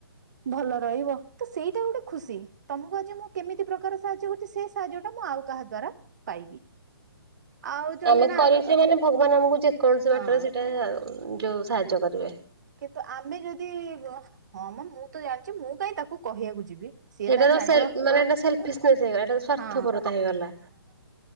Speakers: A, on the right; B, on the right.
A: ଭଲ ରହିବ ତ ସେଇଟା ଗୋଟେ ଖୁସି। ତମକୁ ଆଜି ମୁଁ କେମିତି ପ୍ରକାର ସାହାଯ୍ୟ କରୁଛି ସେ ସାହାଯ୍ୟ ଟା ମୁଁ ଆଉ କାହା ଦ୍ଵାରା ପାଇବି। ଆଉ ଜଣେ
B: ଆମେ
A: ଜଣେ
B: କରିଛେ
A: ଆର
B: ମାନେ ଭଗବାନ ଆମକୁ ଯେକୌଣସି
A: ହଁ
B: ବାଟରେ ସେଇଟା ଯୋଉ ସାହାଯ୍ୟ କରିବେ।
A: କିନ୍ତୁ ଆମେ ଯଦି ହଁ ମ ମୁଁ ତ ଜାଣିଛି ମୁଁ କାଇଁ ତାକୁ କହିବାକୁ ଯିବି ସିଏ
B: ସେଇଟା
A: ତାର
B: ତ
A: ଜାଣିବ
B: ସେଲ୍ ମାନେ ଏଟା ସେଲଫିଶ <inaudible> ହେଇଗଲା ଏଇଟା ତ ସ୍ୱାର୍ଥପରତା
A: ହଁ
B: ହେଇଗଲା।